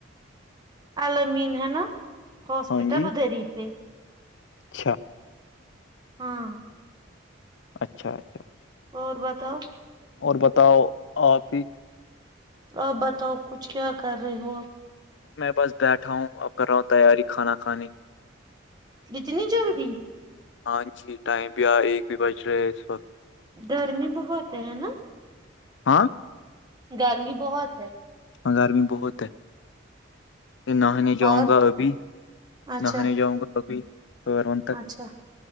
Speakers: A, on the right; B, on the left.
A: الل مین ہے نا ہسپٹل
B: ہاں جی
A: ادری پہ
B: اچھا
A: ہاں
B: اچھا اچھا اچھا
A: اور بتاؤ
B: اور بتاؤ آپ ہی
A: آپ بتاؤ کچھ کیا کر رہے ہو آپ
B: میں بس بیٹھا ہوں اب کر رہا ہوں تیاری کھانا کھانے کی
A: اتنی جلدی
B: ہاں جی ٹائم بھی آ ایک بھی بج رہے اس وقت
A: گرمی بہت ہے ہے نا
B: ہاں
A: گرمی بہت ہے
B: ہنگار بھی بہت ہے کہ نہانے جاؤں
A: اور
B: گا ابھی
A: اچھا
B: نہانے جاؤں گا ابھی ون تک
A: اچھا